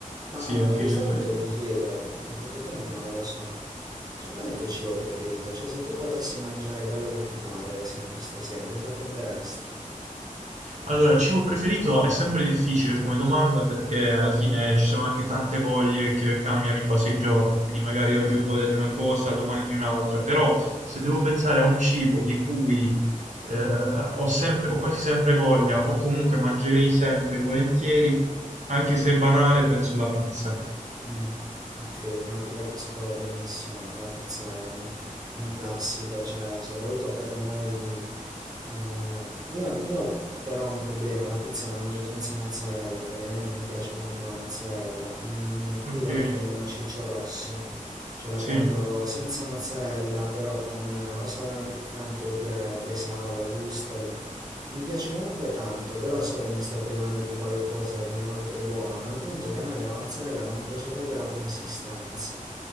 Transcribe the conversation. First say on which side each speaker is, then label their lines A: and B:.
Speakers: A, on the right (about 25°); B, on the right (about 60°).
A: Ma
B: sì, anche
A: a questo
B: io tra
A: punto
B: i due.
A: ti chiedo, perché effettivamente non lo so, Cioè, qual è il tuo cibo preferito? Cioè, se tu potessi mangiare quello che ti pare, ad esempio, stasera, cosa prenderesti?
B: Allora, cibo preferito è sempre difficile come domanda perché alla fine ci sono anche tante voglie che cambiano in base ai giorni, quindi magari
A: Ah,
B: oggi ho voglia di una cosa, domani di un'altra, però se devo pensare a un cibo di cui eh, ho sempre, ho quasi sempre voglia o comunque mangerei sempre volentieri, anche se è banale, penso la pizza.
A: mm, ok, no, ti capisco benissimo. La pizza è un, è un classico, cioè, soprattutto per noi. eh, io, io però ho un problema, la pizza la mangio senza mozzarella, perché a me non piace tanto la mozzarella. Mm, qui
B: Ok,
A: la chiamiamo ciccio rosso. Cioè la
B: sì.
A: prendo senza mozzarella, però con eh, o salame piccante oppure bresaola o wurstel. Mi piace comunque tanto, però so che mi sto privando di qualcosa di molto buono. Il punto è che a me della mozzarella non piace proprio la consistenza.